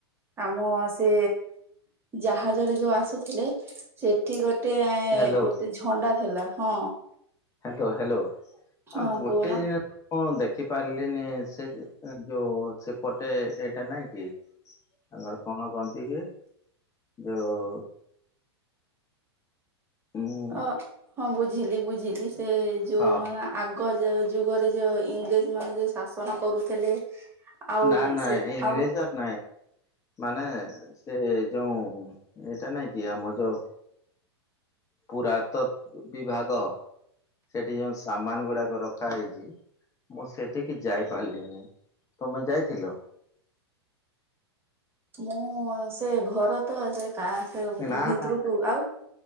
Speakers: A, on the right; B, on the left.
A: ଆମ ସେ ଜାହାଜରେ ଯୋଉ ଆସୁଥିଲେ। ସେଠି ଗୋଟେ ଏ
B: ହ୍ୟାଲୋ
A: ଗୋଟେ ଝଣ୍ଡା ଥିଲା ହଁ।
B: ହ୍ୟାଲୋ ହ୍ୟାଲୋ
A: ହଁ
B: ଆଉ ଗୋଟେ।
A: କହୁନ
B: ହଁ ଦେଖି ପାରିଲିନି ସେ ଯୋଉ ସେପଟେ ଏଇଟା ନାଇଁ କି। ତାଙ୍କର କଣ କହନ୍ତି କିରେ ଯୋଉ। ଉଁ
A: ଓ ହଁ ବୁଝିଲି ବୁଝିଲି ସେ ଯୋଉ
B: ହଁ
A: ମାନେ ଆଗ ଯୋଉ ଯୁଗରେ ଯୋଉ ଇ- ଇଂରେଜ ମାନେ ଜଉ ଶାସନ କରୁଥିଲେ। ଆଉ
B: ନା ନା
A: ସେ
B: ଈଗ୍ରେଯେ
A: ଆଉ
B: ସା- ନାଇଁ ମାନେ ସେ ଯୋଉ ଏଇଟା ନାଇଁ କି ଆମ ଯ। ପୁରାତ ବିଭାଗ ସେଠି ଯୋଉ ସାମାନ ଗୁଡାକ ରଖା ହେଇଛି। ମୁଁ ସେଠିକି ଯାଇପାରିଲିନି ତମେ ଯାଇଥିଲ।
A: ମୁଁ ସେ ଘର ତ ସେ କାହାସହ ସେ
B: ନା
A: ଭିତରକୁ
B: ନା
A: ଆଉ।